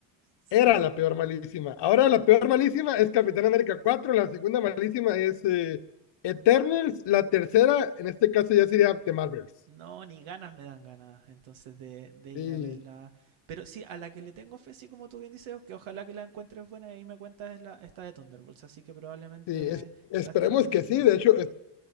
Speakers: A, on the right; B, on the left.
A: si
B: era la peor malísima. Ahora la peor malísima es Capitán América cuatro la segunda malísima es eh, Eternals, la tercera, en este caso ya sería The Marvels.
A: no, ni ganas me dan ganas entonces de, de ir
B: Sí,
A: a verla. Pero sí, a la que le tengo fe, sí, como tú bien dices, que ojalá que la encuentres buena y ahí me cuentas es la, esta de Thunderbolts. Así que probablemente
B: sí, es- esperemos
A: gaste un dinerillo
B: que sí.
A: y
B: De
A: vaya.
B: hecho, es-